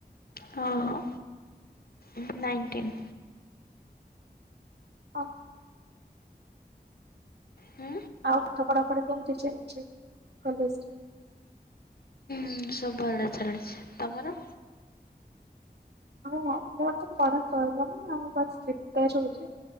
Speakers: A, on the left; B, on the right.
A: ହଁ ହଁ। ହୁଁ ନାଇଣ୍ଟିନ୍।
B: <inaudible>
A: ହୁଁ
B: ଆଉ ପାଠ ପଢା ପଢି କେମତି ଚାଲିଚି କଲେଜରେ।
A: ହୁଁ ସବୁ ଭଲରେ ଚାଲିଛି ତମର।
B: ହଁ ମୋର ତ ପଢା ସଇଲନି ଆଉ <unintelligible>